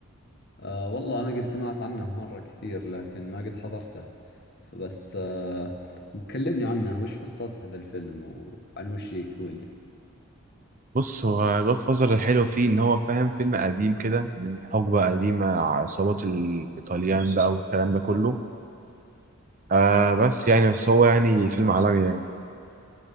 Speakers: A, on the left; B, on the right.
A: آه والله أنا قد سمعت عنه مرة كثير لكن ما قد حضرته بس آه كلمني عنه وش قصته هذا الفيلم وعن وش يقول
B: بص هو جود فازر الحلو فيه ان هو فاهم فيلم قديم كده من حقبة قديمة عصابات الايطاليان بقى والكلام ده كله آه بس يعني بس هو يعني فيلم عالمي يعني